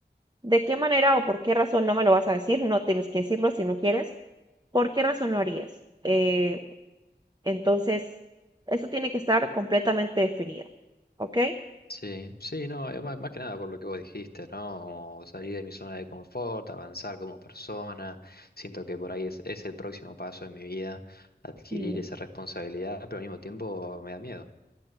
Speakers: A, on the right; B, on the left.
A: ¿De qué manera o por qué razón no me lo vas a decir? No tienes que decirlo si no quieres ¿Por qué razón lo harías? Eh, entonces, eso tiene que estar completamente definido, ¿ok?
B: Sí, sí, no, eh, más, más que nada por lo que vos dijiste, ¿no? Como salir de mi zona de confort, avanzar como persona. Siento que por ahí es, es el próximo paso de mi vida, adquirir
A: Sí,
B: esa responsabilidad, pero al mismo tiempo me da miedo.